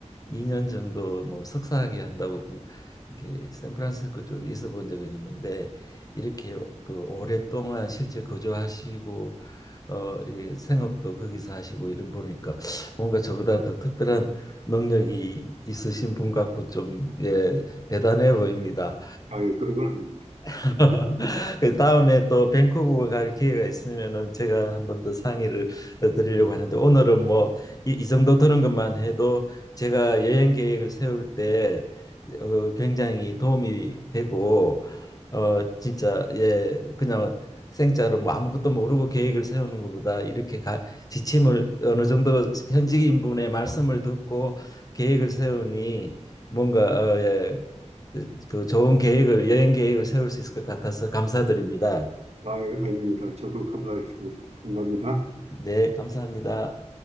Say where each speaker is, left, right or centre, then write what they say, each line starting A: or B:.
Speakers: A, on the left; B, on the right.
A: 2년 정도 뭐 석사학위 한다고 공- 이렇게 샌프란시스코 쪽에 있어 본 적은 있는데 이렇게 그 오랫동안 실제 거주하시고 어, 예, 생업도 거기서 하시고 이런 보니까 뭔가 저보다 더 특별한 능력이 있으신 분 같고 좀 예, 대단해 보입니다.
B: 아유, 그런 건 아닙니다.
A: <laughs> 그 다음에 또 밴쿠버 갈 기회가 있으면은 제가 한 번 더 상의를 드리려고 하는데 오늘은 뭐 이 이 정도 들은 것만 해도 제가 여행 계획을 세울 때 어, 굉장히 도움이 되고 어 진짜 예 그냥 생짜로 뭐 아무것도 모르고 계획을 세우는 것보다 이렇게 가, 지침을 어느 정도 현지인분의 말씀을 듣고 계획을 세우니 뭔가 어, 예, 그 좋은 계획을 여행 계획을 세울 수 있을 것 같아서 감사드립니다.
B: 아유, 아닙니다. 저도 감사했습니다. 감사합니다.
A: 네, 감사합니다.